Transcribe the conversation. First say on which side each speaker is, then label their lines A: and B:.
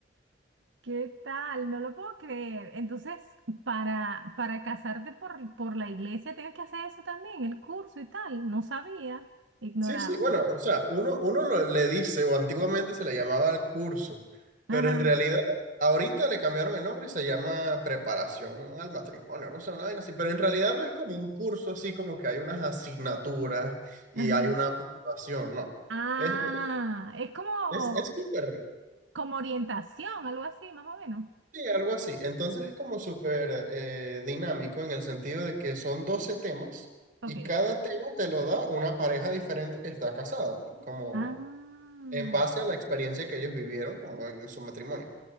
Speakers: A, on the right; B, on the right.
A: ¿Qué tal? No lo puedo creer. Entonces, para, para casarte por, por la iglesia tienes que hacer eso también, el curso y tal. No sabía, ignoraba
B: Sí, sí, bueno,
A: eso.
B: o sea, uno, uno lo- le dice, o antiguamente se le llamaba el curso,
A: Ajá,
B: pero en realidad ahorita le cambiaron el nombre y se llama preparación al matrimonio, no sé, una vaina así, pero en realidad no es como un curso así como que hay unas asignaturas y
A: ajá.
B: hay una puntuación, no.
A: Ah,
B: Es,
A: es como,
B: es, es súper
A: como orientación, algo así, más o menos.
B: Sí, algo así. Entonces es como súper eh, dinámico en el sentido de que son 12 temas
A: Ok.
B: y cada tema te lo da una pareja diferente que está casada, pues, como
A: Ah.
B: en base a la experiencia que ellos vivieron como en su matrimonio.